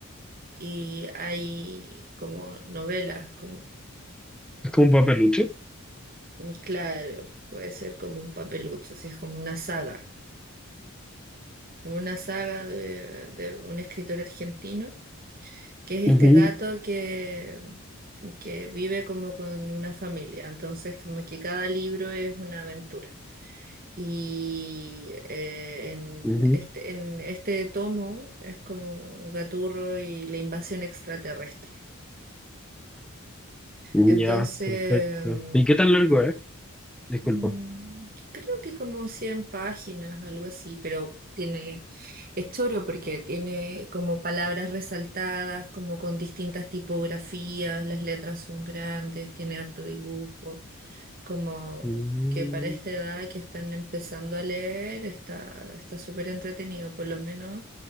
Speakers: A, on the right; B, in the centre.
A: y hay como novelas, como
B: ¿Es como un papeluche?
A: mm, claro, puede ser como un papelucho, así es como una saga. Es una saga de, de un escritor argentino que es este
B: Ujú,
A: gato que que vive como con una familia, entonces como que cada libro es una aventura. Y eh, en
B: ujú.
A: este, en este tomo es como Gaturro y la invasión extraterrestre.
B: Ya,
A: Entonces,
B: perfecto.
A: mm,
B: ¿Y qué tan largo es? Disculpa.
A: mm, creo que como 100 páginas, algo así, pero tiene, es choro porque tiene como palabras resaltadas, como con distintas tipografías, las letras son grandes, tiene harto dibujo. como
B: Mm,
A: que para esta edad que están empezando a leer está está súper entretenido, por lo menos,